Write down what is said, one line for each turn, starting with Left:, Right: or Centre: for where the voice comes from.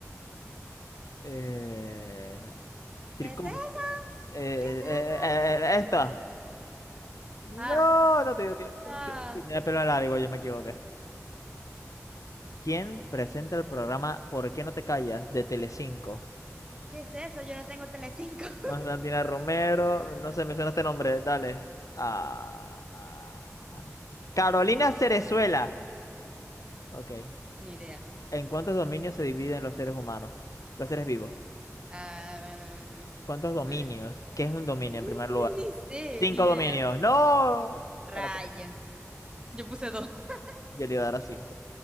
Left: Eh, tricop-
Right: ¿Qué es eso?
Left: eh,
Right: ¿Qué es eso?
Left: eh, eh, eh, esto. No,
Right: Ah,
Left: no te dio tiempo.
Right: ah,
Left: Que, que tiene pelo en largo, yo me equivoqué. ¿Quién presenta el programa ¿Por qué no te callas? de Telecinco?
Right: ¿Qué es eso? Yo no tengo Telecinco. <laughs>
Left: Constantina Romero, no sé, me suena este nombre, dale. Ah, ah. Carolina Cerezuela. Ok.
Right: ni idea.
Left: ¿En cuántos dominios se dividen los seres humanos? Los seres vivos.
Right: Ah, <laughs> mm,
Left: ¿Cuántos dominios?
Right: mm,
Left: ¿Qué es un dominio en
Right: ni,
Left: primer lugar?
Right: ni- ni sé,
Left: Cinco
Right: ni idea.
Left: dominios. ¡No!
Right: Rayo.
Left: Espérate,
Right: Yo puse dos. <laughs>
Left: yo le iba a dar a cinco.